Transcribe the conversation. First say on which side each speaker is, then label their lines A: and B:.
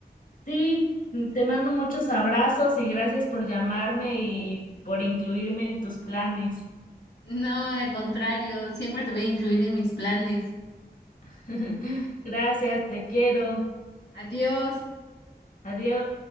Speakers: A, on the left; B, on the left.
A: Sí, mm, te mando muchos abrazos y gracias por llamarme y por incluirme en tus planes.
B: No, al contrario, siempre te voy a incluir en mis planes.
A: <laughs> Gracias, te quiero.
B: Adiós.
A: Adiós.